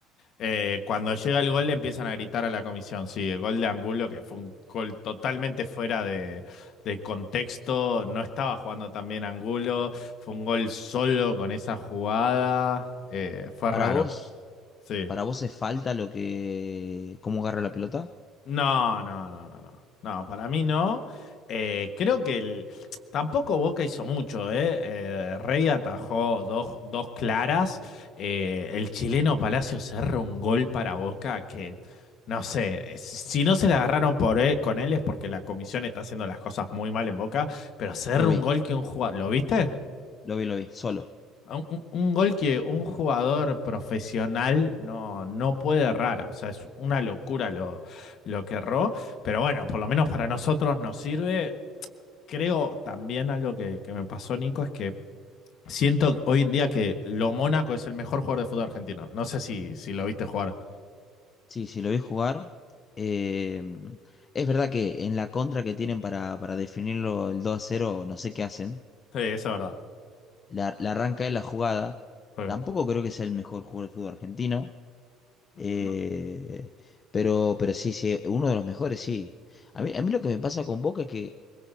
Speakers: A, on the left (about 55°); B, on the left (about 30°).
A: Eh, cuando llega el gol le empiezan a gritar a la comisión, sí, el gol de Angulo, que fue un gol totalmente fuera de, de contexto, no estaba jugando tan bien Angulo, fue un gol solo con esa jugada, eh, fue
B: Para
A: raro,
B: vos,
A: sí.
B: para vos es falta lo que, cómo agarra la pelota.
A: No, no, no, no, no. No, para mí no. Eh, creo que el- tampoco Boca hizo mucho, ¿eh? Eh, Rey atajó dos, dos claras. Eh, el chileno Palacio cerró un gol para Boca que, no sé, eh, si no se la agarraron por él- con él es porque la comisión está haciendo las cosas muy mal en Boca, pero cerró
B: Lo vi.
A: un gol que un jugador... ¿Lo viste?
B: Lo vi, lo vi, solo.
A: Un, un- un gol que un jugador profesional no, no puede errar, o sea, es una locura lo, lo que erró, pero bueno, por lo menos para nosotros nos sirve. Creo también algo que, que me pasó, Nico, es que siento hoy en día que Lo Mónaco es el mejor jugador de fútbol argentino. No sé si, si lo viste jugar.
B: Sí, sí, lo vi jugar. Eh, es verdad que en la contra que tienen para, para definirlo el 2 a cero, no sé qué hacen.
A: Sí, eso es verdad.
B: La, la arranca de la jugada.
A: Sí.
B: Tampoco creo que sea el mejor jugador del fútbol argentino. Eh,
A: No.
B: pero, pero sí, sí, uno de los mejores, sí. A mí, a mí lo que me pasa con Boca es que